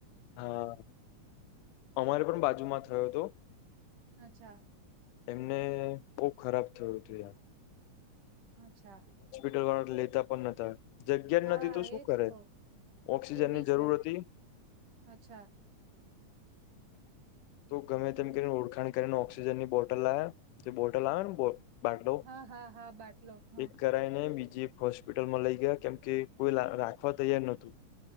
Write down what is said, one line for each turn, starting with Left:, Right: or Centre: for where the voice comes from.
Left: હા અમારે પણ બાજુમાં થયો તો.
Right: અચ્છા.
Left: એમને બહુ ખરાબ થયું તુ યાર.
Right: અચ્છા.
Left: દવા લેતા પણ નતા. જગ્યા જ
Right: હા
Left: નથી તો શું
Right: એજ
Left: કરે
Right: તો
Left: ઓક્સિજન
Right: એ
Left: ની
Right: બી
Left: જરૂર
Right: છે
Left: હતી.
Right: અચ્છા.
Left: તો ગમે તેમ
Right: બસ
Left: કરીને ઓળખાણ કરીને ઓક્સિજન ની બોટલ લાવ્યા જે બોટલ આવે ને. બાટલો
Right: હા હા હા બાટલો હા
Left: એક કરાઈને બીજે હોસ્પિટલમાં લઈ ગયા કેમ કે કોઈ લા રાખવા તૈયાર નતું.